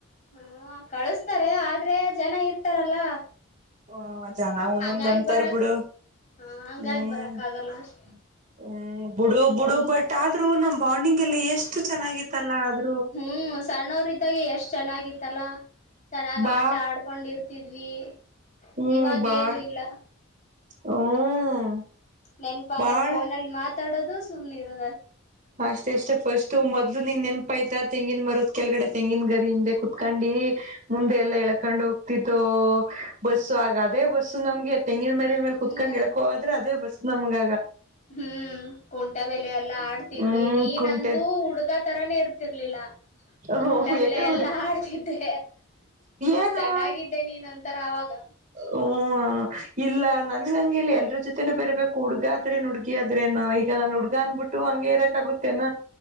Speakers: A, on the left (about 35°); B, on the right (about 35°).
A: ಹಾ ಕಳಸ್ತಾರೆ ಆದ್ರೆ ಜನ ಇರ್ತಾರಲ್ಲ
B: ಹಓ ಜನ ಒಂದೊಂದ
A: ಹಂಗಾಗಿ
B: ಅಂತರ್
A: ಬರಕ್
B: ಬಿುಡು
A: ಹ ಹಂಗಾಗಿ
B: ಹ್ಮ್
A: ಬರಕ್ ಆಗಲ್ಲ ಅಷ್ಟ
B: ಹ್ಮ ಬಿುಡು ಬಿುಡು ಬಟ್ ಆದ್ರೂ ನಮ ಬೌಂಡಿಂಗ್ ಎಲ್ಲ ಎಷ್ಟು ಚೆನ್ನಾಗಿತ್ತಲ್ಲ ಅದು
A: ಹ್ಮ್ ಸಣ್ಣವ್ರ ಇದ್ದಾಗೆ ಎಷ್ಟ್ ಚೆನ್ನಾಗಿತ್ತು ಚಲ್ಲ ಚೆನ್ನಾಗ್
B: ಬಾ
A: ಆಟ ಆಡ್ಕೊಂಡಿರ್ತ ಹತಿದ್ವಿ
B: ಹ್ಮ್
A: ಇವಾಗ
B: ಬಾ
A: ಏನು ಇಲ್ಲ
B: ಹ್ಮ್
A: ನೆನ್ಪಾದಾಗ
B: ಬಾಳ
A: ಫೋನಲ್ಲಿ ಮಾತ್ರ ತಡದ ಸುನ್ನಿರ
B: ಅಷ್ಟೇ ಅಷ್ಟೇ ಪಫಸ್ಟ್ ಮೊದ್ಲು ನಿನ್ ನೆನಪ ಆಯ್ತಾ ತೆಂಗಿನ ಮರುದ್ ಕೆಳಗಡೆ ತೆಂಗಿನ ಗರಿ ಹಿಂದೆ ಕುೂತ್ಕೊಂಡಿ ಮುಂದೆ ಎಲ್ಲಾ ಎಳ್ಕೊಂಡ್ ಹೋಗ್ತಿದ್ದೋ ಬಸ್ಸು ಆಗ ಅದೇ ಬಸ್ಸು ನಮ್ಗೆ ತೆಂಗಿನ ಮರಿ ಮೇಲೆ
A: ಹ್ಮ್
B: ಕುತ್ಕೊಂಡ್ ಎಳಕೋದ್ರೆ ಅದ ಬಸ್ ನಮ್ಗ
A: ಹ್ಮ್ ಕಟಾ ಬೆೇಲೆ ಎಲ್ಲಾ ಆಡ್ತಿದ್ವಿ
B: ಹ್ಮ್
A: ನೀನಂತೂ
B: ಕುಂಟೆ
A: ಹುಡುಗಾ ತರಾನೇ ಇರ್ತಿರ್ಲಿಲ್ಲ
B: ಹ
A: ಕುಂಟ ಬಿಲೆ
B: ಯಾಕೆ
A: ಎಲ್ಲಾ
B: ಹುಡಿ
A: ಆಡ್ತಿದ್ದೆ
B: ಏನು
A: ಚೆನ್ನಾಗಿದ್ದೆ ನೀನ್ ಒಂತರ ಅವಾಗ
B: ಹ ಇಲ್ಲ ನನ್ಗ ಹಂಗೆಲ್ಲಿ ಎಲ್ರ ಜೊತೆನೂ ಬೇರ್ಬೇಕು ಹುಡ್ಗ ಆದ್ರೇನ್ ಹುಡ್ಗಿ ಆದ್ರೇನ ಈಗ ನಾನನ್ ಹುಡ್ಗ ಅನ್ಬಿಟ್ಟು ಹಂಗೆ ಇರಕ್ ಆಗುತ್ತೇನ